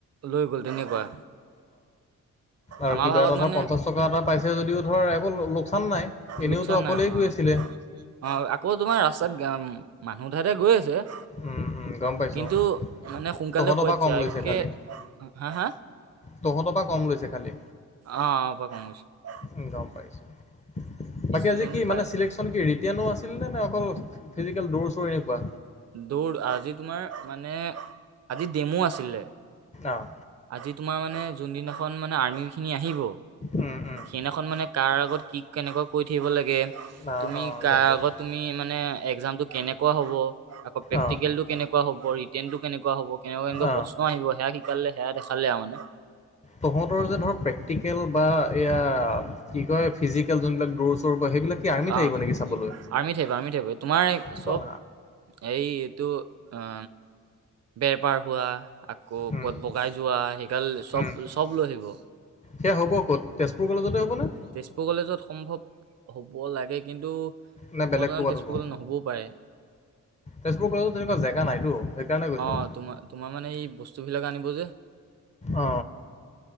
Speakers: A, on the right; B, on the left.
A: লৈ গ'ল তেনেকুৱা
B: আৰু
A: আমাৰ
B: কিবা
A: ভাগত
B: এটা
A: মানে
B: ধৰ পঞ্চাছ টকা এটা পাইছে যদিও ধৰ একো লোকচান নাই,
A: লোকচান
B: এনেওতো অকলেই
A: নাই হোৱা
B: কৈ
A: আৰু।
B: আছিলে।
A: অ' আকৌ তোমাৰ ৰাস্তাত <unintelligible> মানুহ উঠাই উঠাই গৈ আছে।
B: উম, উম, গম পাইছোঁ।
A: কিন্তু মানে সোনকালে
B: তহঁতৰ
A: <unintelligible> দিছে
B: পৰা কম লৈছে
A: একে,
B: খালি,
A: হা হা?
B: তহঁতৰ পৰা কম লৈছে খালি,
A: অ' <unintelligible>
B: উম, গম পাইছোঁ, বাকী
A: ষ্টুডেন্ট
B: আজি কি
A: পাই
B: মানে চিলেক <unintelligible> ৰিতেনো আছিলনে নে অকল ফিজিকেল দৌৰ চৌৰ এনেকুৱা?
A: দৌৰ আজি তোমাৰ মানে আজি ডেমো আছিলে।
B: অ'।
A: আজি তোমাৰ মানে যোনদিনাখন মানে আৰ্মি খিনি আহিব।
B: অ', অ'।
A: সেইনাখন মানে কাৰ আগত কি কেনেকুৱা কৈ থাকিব লাগে,
B: অ
A: তুমি
B: অ
A: কাৰ
B: গম পাইছোঁ
A: আগত তুমি মানে একজাম টো কেনেকুৱা হ'ব। প্ৰেক্টিকেলটো
B: অ
A: কেনেকুৱা হ'ব, ৰিটেৰনটো কেনেকুৱা হ'ব, কেনেকুৱা কেনেকুৱা
B: অ
A: প্ৰশ্ন আহিব সেয়া শিক শিকালে সেয়া দেখালে আৰু মানে।
B: তহঁতৰ যে ধৰক প্ৰেক্টিকেল বা এয়া কি কয় ফিজিকেল যোনবিলাক দৌৰ-চৌৰ বা সেইবিলাক কি আৰ্মিত
A: অ
B: আহিব
A: আৰ্মিত
B: নেকি চাবলৈ
A: থাকিব, আৰ্মিত থাকিব। তোমাৰ চব
B: বা
A: হেৰি এইটো অ বেৰ পাৰ হোৱা, আকৌ
B: উম
A: ক'ত বগাই যোৱা সেই গাল চব
B: উম
A: চব লৈ আহিব।
B: সেয়া হ'ব ক'ত? তেজপুৰ কলেজতে হ'বনে?
A: তেজপুৰ কলেজত সম্ভৱ হ'ব লাগে, কিন্তু
B: নে বেলেগ
A: মই জনাত
B: ক'ৰবাত
A: তেজপুৰলৈ
B: হ'ব
A: নহ'বও পাৰে।
B: তেজপুৰ কলেজত তেনেকুৱা জেগা নাইতো সেইকাৰণে কৈছো।
A: অ তোমাৰ তোমাৰ মানে এই বস্তুবিলাক আনিব যে।
B: অ